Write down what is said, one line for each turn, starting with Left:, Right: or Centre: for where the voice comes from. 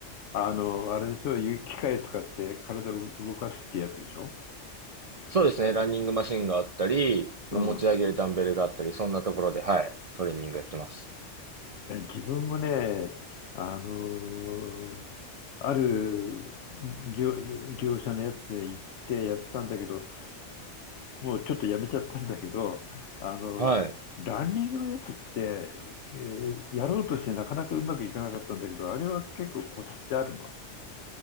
Left: あの、あれでしょ、ゆ機械使って体を動かすってやつでしょ
Right: そうですね、ランニングマシンがあったり、
Left: うん。
Right: まあ持ち上げるダンベルがあったり、そんなところで、はい、トレーニングやってます。
Left: いや、自分もね、あのーある業、業者のやつで行ってやったんだけど、もうちょっとやめちゃったんだけど、あの、
Right: はい。
Left: ランニングのやつって、えーやろうとしてなかなかうまくいかなかったんだけど、あれは結構コツってあるの。